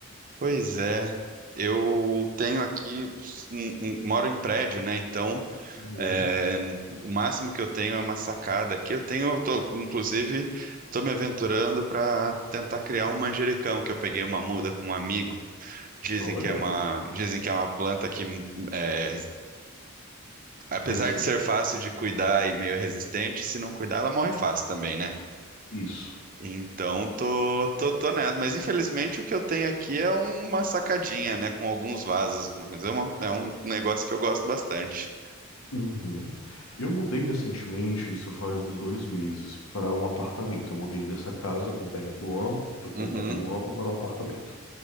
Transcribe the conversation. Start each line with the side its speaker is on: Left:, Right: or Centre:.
Right: Pois é, eu tenho aqui, em- em- moro em prédio, né? Então,
Left: Uhum.
Right: é, o máximo que eu tenho é uma sacada aqui. Eu tenho, eu tô, inclusive, estou me aventurando para tentar criar um manjericão, que eu peguei uma muda com um amigo. Dizem
Left: Olha,
Right: que é uma, dizem que é uma planta que, hum, é, apesar
Left: resistente.
Right: de ser fácil de cuidar e meio resistente, se não cuidar, ela morre fácil também, né?
Left: Isso.
Right: Então, tô, tô, tô nessa. Mas infelizmente o que eu tenho aqui é uma sacadinha, né? Com alguns vasos. Mas é, uma- é um negócio que eu gosto bastante.
Left: Uhum. Eu mudei recentemente, isso faz uns dois meses, para um apartamento. Eu mudei dessa casa com terreno amplo, do, com
Right: Uhum.
Left: terreno amplo para um apartamento.